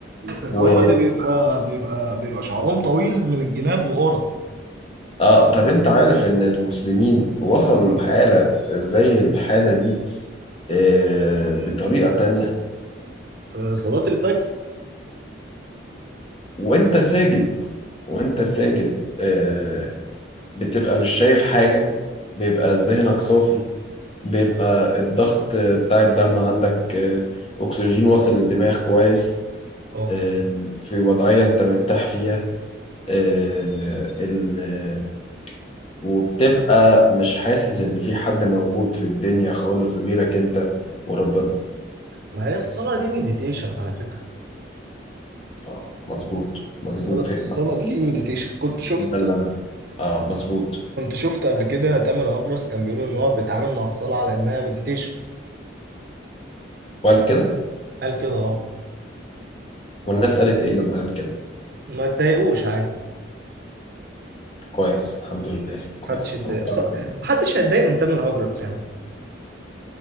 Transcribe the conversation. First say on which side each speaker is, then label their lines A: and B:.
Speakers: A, on the right (about 55°); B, on the left (about 30°).
A: اللي
B: و
A: هم اللي بيبقى بيبقى بيبقى شعرهم طويل من الجناب وقرع
B: اه طب انت عارف ان المسلمين وصلوا لحاله زي الحاله دي آه بطريقه تانية
A: في صلاة الفجر
B: وانت ساجد وانت ساجد آه بتبقى مش شايف حاجه بيبقى ذهنك صافي بيبقى الضغط بتاع الدم عندك آه اكسجين واصل للدماغ كويس
A: اه
B: آه في وضعيه انت مرتاح فيها آه، ال... وبتبقى مش حاسس ان في حد موجود في الدنيا خالص غيرك انت وربنا
A: ما هي الصلاة دي مديتيشن على فكرة
B: اه مظبوط مظبوط
A: الصلاة الصلاة
B: هي
A: دي مديتيشن كنت شفت
B: ده اللي انا اه مظبوط
A: كنت شفت قبل كده تامر هجرس كان بيقول ان هو بيتعامل مع الصلاة على انها مديتيشن
B: وقال كده
A: قال كده اه
B: والناس قالت ايه لما قال كده
A: ما تضايقوش عادي
B: كويس الحمد لله كويس
A: محدش يتضايق
B: توقعت
A: اصلا محدش هيتضايق من تامر هجرس يعني